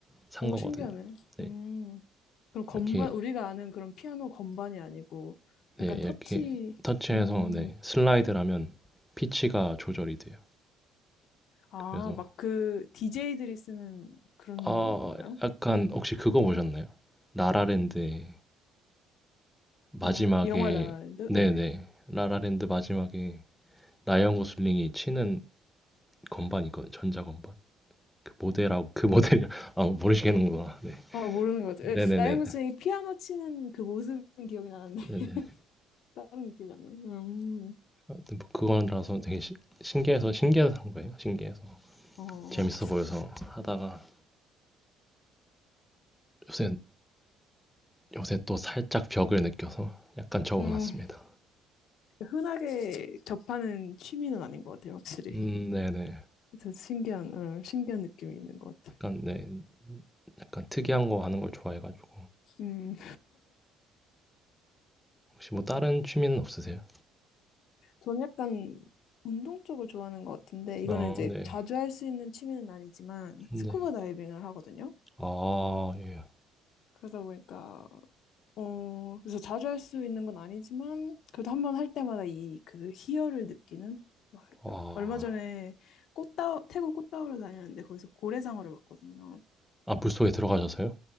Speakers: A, in the centre; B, on the left.
A: 산
B: 오,
A: 거거든요.
B: 신기하네.
A: 네,
B: 음. 그럼 건반,
A: 이렇게
B: 우리가 아는 그런 피아노 건반이 아니고,
A: 네
B: 약간
A: 이렇게
B: 터치,
A: 터치해서
B: 음,
A: 네 슬라이드를 하면 피치가 조절이 돼요.
B: 아,
A: 그래서
B: 막 그, DJ들이 쓰는 그런
A: 아
B: 건가요?
A: 약간 혹시 그거 보셨나요? 라라랜드 마지막에
B: 라라, 영화 라라랜드?
A: 네네
B: 네.
A: 라라랜드 마지막에 라이언 고슬링이 치는 건반 있거든요. 전자 건반 그 모델하고 그 모델이 아 모르시겠는구나. 네
B: 어, 모르는 것 같아요.
A: 네네네
B: 에, 라이언 고슬링이 피아노 치는 그 모습은 기억이 나는데,
A: 네네
B: <laughs> 다른 건 기억이 안 나요. 음,
A: 하여튼 뭐 그거라서 되게 시- 신기해서 신기해서 한 거예요. 신기해서
B: 어, 어.
A: 재밌어 보여서 하다가 요새 요새 또 살짝 벽을 느껴서 약간 접어놨습니다.
B: 음, 흔하게 접하는 취미는 아닌 것 같아요, 확실히.
A: 음, 네네.
B: 그래서 신기한, 어, 신기한 느낌이 있는 것 같아요.
A: 약간 네, 약간 특이한 거 하는 걸 좋아해가지고
B: 음.
A: 혹시 뭐 다른 취미는 없으세요?
B: 저는 약간 운동 쪽을 좋아하는 것 같은데, 이거는
A: 아
B: 이제
A: 네,
B: 자주 할 수 있는 취미는 아니지만,
A: 네.
B: 스쿠버 다이빙을 하거든요.
A: 아, 예.
B: 그러다 보니까, 어, 그래서 자주 할 수 있는 건 아니지만, 그래도 한번 할 때마다 이 그 희열을 느끼는? 막
A: 아,
B: 이런- 얼마 전에 꽃다, 태국 꽃다우를 다녔는데, 거기서 고래상어를 봤거든요.
A: 아, 물속에 들어가셔서요?